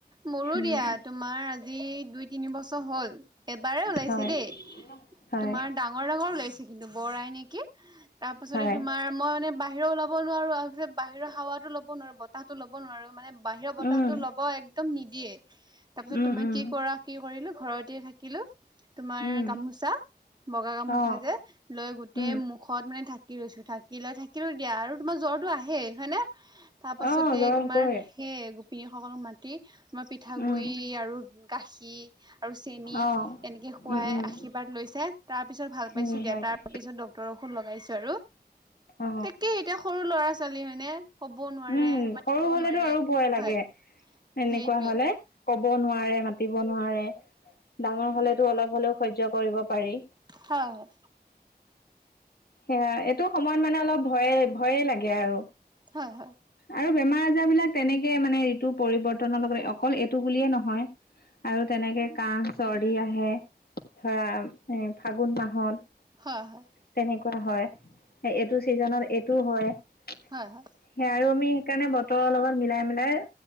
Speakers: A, on the right; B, on the left.
A: মোৰো মোৰো
B: উম
A: দিয়া তোমাৰ আজি, দুই-তিন বছৰ হ'ল এবাৰে ওলাইছে
B: হয়
A: দেই।
B: হয়
A: তোমাৰ ডাঙৰ ডাঙৰ ওলাইছে কিন্তু বৰ আই নেকি তাৰপাছতে
B: হয়
A: তোমাৰ মই মানে বাহিৰৰ ওলাব নোৱাৰোঁ আৰু বাহিৰৰ হাৱাতো ল'ব নোৱাৰোঁ বতাহটো ল'ব নোৱাৰোঁ মানে বাহিৰৰ বতাহটো
B: উম
A: ল'ব একদম নিদিয়ে তাৰপিছত
B: উম
A: তুমি
B: উম
A: কি কৰা কি কৰিলো ঘৰতে থা কিলো তোমাৰ
B: উম
A: গামোচা বগা গামোচা
B: অ
A: যে, লৈ গোটেই
B: উম
A: মুখত মানে ঢাকি লৈছো। ঢাকি লৈ থাকিলো দিয়া আৰু তোমাৰ। তৰটো আহে হয় নে তাৰপাছতে
B: অ জ্বৰ
A: তোমাৰ
B: হ'বই
A: সেই গোপিনীসকলক মাতি মই পিঠাগুৰি
B: উম
A: আৰু গাখীৰ আৰু চেনী
B: অ
A: এনেকে খুৱাই
B: উম উম
A: আশীৰ্বাদ লৈছ <unintelligible> তাৰপিছত ভাল পাইছোঁ
B: উম
A: দিয়া
B: হয়
A: তাৰ
B: দে
A: পিছত ডক্তৰক লগাইছো আৰু।
B: অ
A: তাকেই এতিয়া সৰু ল'ৰা-ছোৱালী হয়নে। ক'বও নোৱাৰে,
B: উম
A: মাতিবও
B: সৰু হলেতো
A: নোৱাৰে।
B: আৰু ভয় লাগে,
A: হয়
B: এনেকুৱা
A: সেইটোৱে
B: হ'লে। ক'ব নোৱাৰে মাতিব নোৱাৰে ডাঙৰ হলেতো অলপ হলেও সহ্য কৰিব। পাৰি
A: হয় হয়।
B: সেয়া এইটো সময়ত মানে অলপ ভয়ে ভয়ে লাগে আৰু।
A: হয় হয়।
B: আৰু বেমাৰ আজাৰ বিলাক তেনেকে মানে ঋতু পৰিবৰ্তনৰ লগত অকল এইটো বুলিয়ে নহয় আৰু তেনেকে কাহ চৰ্দি আহে। ধৰা এ ফাগুন মাহত।
A: হয় হয়
B: তেনেকুৱা হয় এইটো চিজনত এইটো হয় সেই
A: হয় হয় হয়
B: আৰু আমি। সেইকাৰণে বতৰৰ লগত মিলাই মিলাই